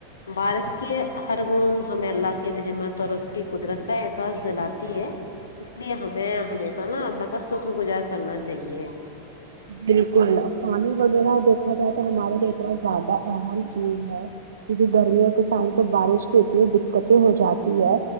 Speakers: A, on the left (about 65°); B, on the right (about 65°).
A: بارش کی ہر بوند ہمیں اللہ کی رحمت اور اس کی قدرت کا احساس دلاتی ہے اس لیے ہمیں ہمیشہ نا اللہ کا شکر گزار کرنا چاہیے
B: بالکل پانی وغیرہ دیکھا جائے تو ہمارے لیے اتنا زیادہ اہم چیز ہے کیونکہ گرمیوں کے ٹائم پے بارش کے اتی دقتیں ہو جاتی ہے